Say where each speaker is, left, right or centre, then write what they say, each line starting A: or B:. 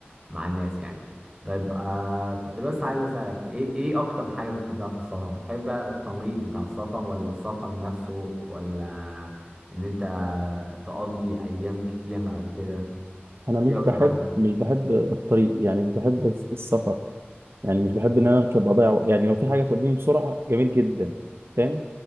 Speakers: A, on the right; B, on the right.
A: مع الناس يعني طيب آه كنت بس عايز اسالك ايه ايه اكتر حاجة بتحبها في السفر بتحب بقى الطريق بتاع السفر ولا السفر نفسه ولا ان انت تقضي ايام كتير او كده
B: انا مش
A: ايه
B: بحب
A: اكتر حاجة
B: مش بحب الطريق يعني مش بحب الس- السفر يعني مش بحب ان انا اركب اضيع وق- يعني لو في حاجه توديني بسرعه جميل جدا فاهم